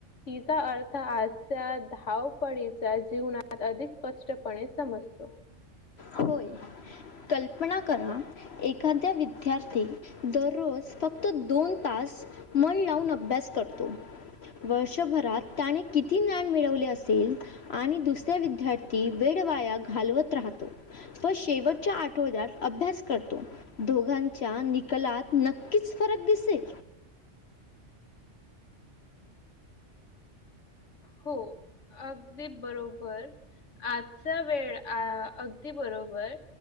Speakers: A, on the left; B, on the left.
A: तिचा अर्थ आजच्या धावपळीच्या जीवनात अधिक स्पष्टपणे समजतो.
B: होय कल्पना करा एखाद्या विद्यार्थी दररोज फक्त दोन तास मन लावून अभ्यास करतो. वर्षभरात त्याने किती ज्ञान मिळवले असेल. आणि दुसऱ्या विद्यार्थी वेड वाया घालवत राहतो पण शेवट आठवड्यात अभ्यास करतो दोघांच्या निकलात नक्कीच फरक दिसेल.
A: हो अगदी बरोबर आजचा वेळ अ अगदी बरोबर